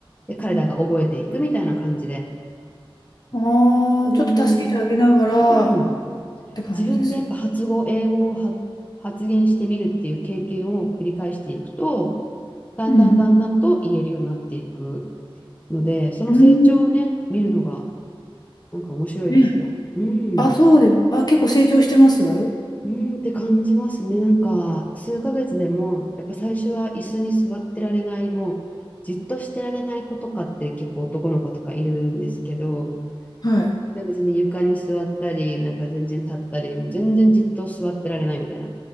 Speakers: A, on the left (about 15°); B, on the left (about 45°).
A: で、彼らが覚えていくみたいな感じで、
B: あ
A: 本当に、
B: あ、ちょっと助けてあげながらっ
A: うん、
B: て感じですよ。
A: 自分でやっぱ発語、英語を発発言してみるっていう経験を繰り返していくと、だんだんだんだんと言えるようになっていく
B: うん。
A: ので、その成長をね、
B: うん。
A: 見るのが、なんか面白いですよ。
B: ね。
A: うん。
B: あ、そうです。あ、結構成長してますはい。
A: うーんって感じますね。なんか、数ヶ月でも、やっぱ最初は椅子に座ってられない、もう、じっとしてられない子とかって結構男の子とかいるんですけど、
B: はい
A: なんか全然床に座ったり、なんか全然立ったり、もう全然じっと座ってられないみたいな。